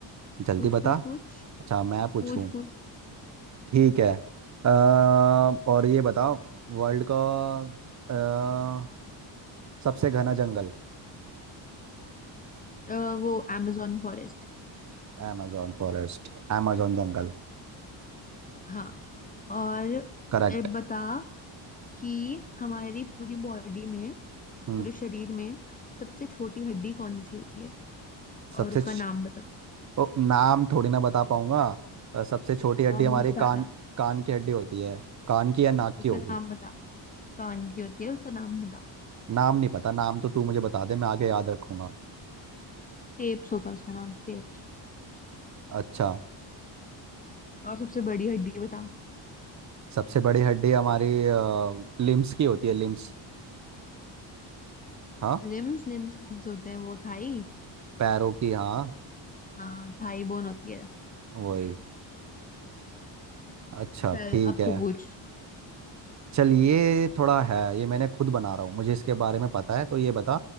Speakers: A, on the right; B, on the left.
A: जल्दी
B: पूछ
A: बता
B: पूछ पूछ
A: अच्छा मैं पूछूं
B: पूछ पूछ
A: ठीक है अ, और ये बताओ वर्ल्ड का अ, सबसे घना जंगल
B: अ, वो amazon फॉरेस्ट
A: amazon फॉरेस्ट amazon जंगल
B: हाँ और
A: करेक्ट
B: ए, बता कि हमारी पूरी बॉडी में
A: हम्म
B: पूरे शरीर में सबसे छोटी हड्डी कौन सी होती है
A: सबसे
B: और उसका
A: छ-
B: नाम बता
A: ओ, नाम थोड़ी ना बता पाऊंगा अ, सबसे छोटी हड्डी
B: नाम
A: हमारी
B: भी बताना
A: कान कान की हड्डी होती है कान की या नाक की
B: उसका
A: होगी
B: नाम बता कान की होती है उसका नाम बता
A: नाम नहीं पता नाम तो तू मुझे बता दे मैं आगे याद रखूंगा
B: स्टेप्स होता है उसका नाम स्टेप्स
A: अच्छा
B: और सबसे बड़ी हड्डी बता
A: सबसे बड़ी हड्डी हमारी लिम्स की होती है लिम्स हाँ
B: लिम्स लिम्स कौन से होते हैं वो थाई
A: पैरों की हाँ
B: हाँ थाई बोन होती है
A: वही अच्छा
B: चल
A: ठीक
B: अब
A: है
B: तू पूछ
A: चल ये थोड़ा है ये मैंने खुद बना रहा हूँ मुझे इसके बारे में पता है तो ये बता